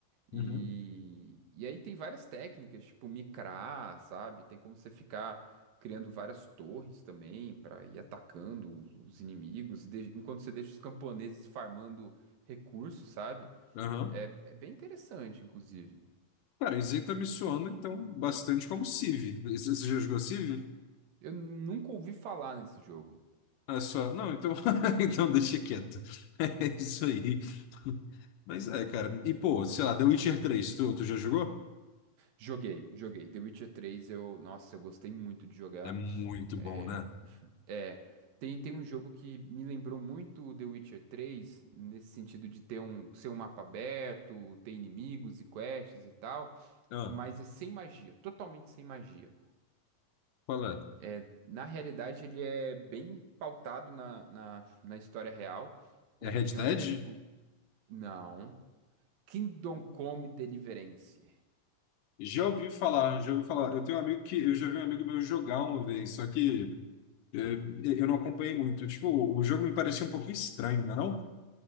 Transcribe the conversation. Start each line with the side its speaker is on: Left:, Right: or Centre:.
Left: uhum,
Right: E, e aí tem várias técnicas, tipo micrar, sabe? Tem como você ficar criando várias torres também para ir atacando os os inimigos, e de- enquanto você deixa os camponeses farmando recursos, sabe?
Left: aham.
Right: É, é bem interessante, inclusive.
Left: Cara, isso aí tá me soando, então, bastante como Civ. Você você já jogou Civ?
Right: Eu nunca ouvi falar nesse jogo.
Left: Ah, só. Não, então, <laughs> então deixa quieto. <laughs> É isso aí. Mas é, cara. E, pô, sei lá, The Witcher três. tu, tu já jogou?
Right: Joguei, joguei. The Witcher três, eu, nossa, eu gostei muito de jogar.
Left: É muito
Right: É,
Left: bom, né?
Right: é, tem, tem um jogo que me lembrou muito o The Witcher três nesse sentido de ter um, ser um mapa aberto, ter inimigos e quests e tal,
Left: Ah,
Right: mas é sem magia, totalmente sem magia.
Left: qual é?
Right: É, na realidade, ele é bem pautado na, na, na história real,
Left: É
Right: na
Left: Red
Right: região
Left: Dead?
Right: ali da República. Não. Kingdom Come Deliverance.
Left: Já ouvi falar, já ouvi falar. Eu tenho um amigo que eu já vi um amigo meu jogar uma vez, só que é, eu não acompanhei muito. Tipo, o o jogo me parecia um pouco estranho, não é não?